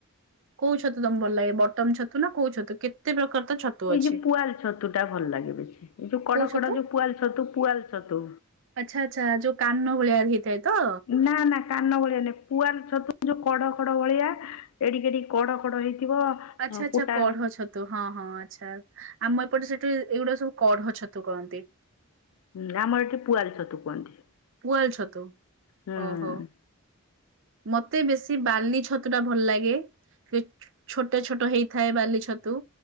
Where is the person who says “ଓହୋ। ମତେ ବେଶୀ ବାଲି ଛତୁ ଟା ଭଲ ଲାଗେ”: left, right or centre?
Right